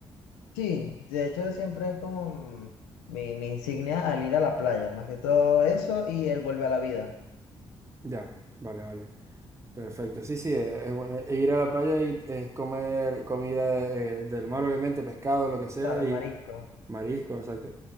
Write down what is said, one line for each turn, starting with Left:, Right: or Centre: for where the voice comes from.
Left: Sí, de hecho siempre es como mm, mi, mi insignia al ir a la playa, más que todo eso y él vuelve a la vida.
Right: Ya, vale, vale. Perfecto. Sí, sí, eh, es, bueno. e ir a la playa y eh, comer comida de- eh, del mar, obviamente, pescado, lo que sea,
Left: Claro,
Right: y
Left: marisco.
Right: marisco, exacto.